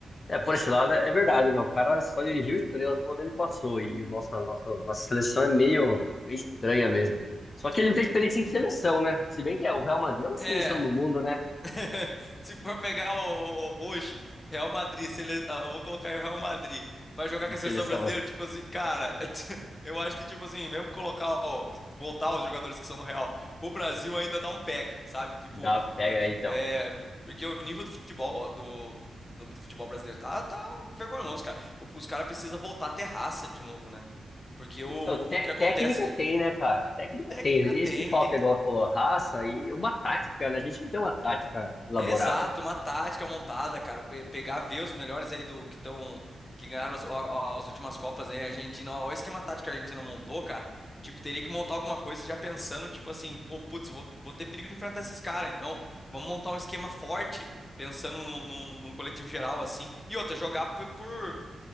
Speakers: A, on the left (about 45°); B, on the left (about 25°).
A: é, por esse lado é verdade, né? O cara só dirigiu estrelas por onde ele passou, e o nosso, a nossa, nossa seleção é meio, meio estranha mesmo. Só que ele não tem experiência em seleção, né? Se bem que é, o Real Madrid é uma seleção
B: É.
A: do mundo, né?
B: <laughs> Se for pegar o, o- hoje, Real Madrid, se ele, ah, eu vou colocar o Real Madrid pra jogar
A: E
B: com a
A: seleção
B: seleção brasileira,
A: mas
B: tipo assim, cara, <laughs> eu acho que, tipo assim, mesmo colocar, o- voltar os jogadores que são do Real pro Brasil ainda não pega, sabe? Tipo,
A: dá, pega
B: porque,
A: aí, então.
B: é, por- porque o nível do futebol, ó, do, no- do futebol brasileiro tá, tá vergonhoso, cara. O- os caras precisam voltar a ter raça de novo, né? Porque o,
A: Não, té-
B: o que acontece,
A: técnica tem, né, cara? Técnica
B: técnica
A: tem.
B: tem,
A: Esse que falta,
B: tem.
A: igual você falou, raça e uma tática, né? A gente não tem uma tática elaborada.
B: Exato, uma tática montada, cara. Pe- pegar, ver os melhores aí do que estão, que ganharam os- a- a- as últimas Copas aí, a Argentina. Olha o esquema tático que a Argentina montou, cara. Tipo, teria que montar alguma coisa já pensando, tipo assim, "Ô, putz, vou, vou ter perigo de enfrentar esses caras, então vamos montar um esquema forte, pensando no- no- num coletivo geral, assim. E outra, jogar por, por-